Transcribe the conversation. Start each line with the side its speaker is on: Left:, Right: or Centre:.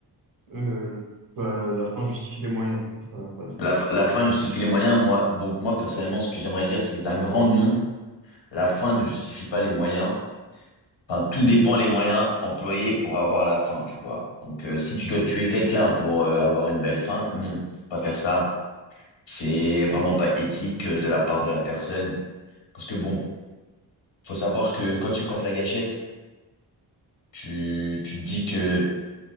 Right: Euh, bah, la fin justifie les moyens, c'est ça la phrase.
Left: La, f- la fin justifie les moyens, moi. Donc, moi, personnellement, ce que j'aimerais dire, c'est un grand non. La fin ne justifie pas les moyens. Enfin, tout dépend les moyens employés pour avoir la fin, tu vois. Donc, euh, si tu dois tuer quelqu'un pour euh, avoir une belle fin, non, faut pas faire ça. C'est vraiment pas éthique euh, de la part de la personne. Parce que bon, faut savoir que quand tu presses la gâchette, tu, tu te dis que